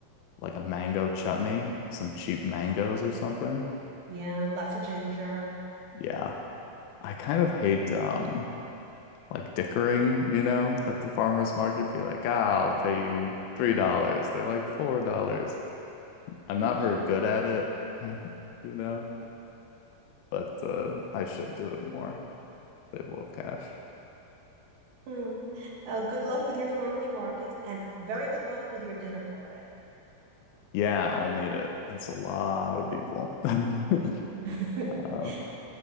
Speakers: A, on the left (about 80°); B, on the right (about 70°).
A: like a mango chutney, some cheap mangoes or something.
B: Yeah, lots of ginger.
A: Yeah. I kind of hate um like dickering, you know, at the farmer's market. Be like, ah, I'll pay you three dollars. They're like four dollars. I'm
B: Yeah.
A: not very
B: <laughs>
A: good at it, <laughs> you know, but uh I should do it more. They love cash.
B: Hmm. Well, good luck with your farmers markets and very good luck with your dinner party.
A: Yeah, I'll need it. That's a lot of people. <laughs>
B: <laughs> It's
A: Uh,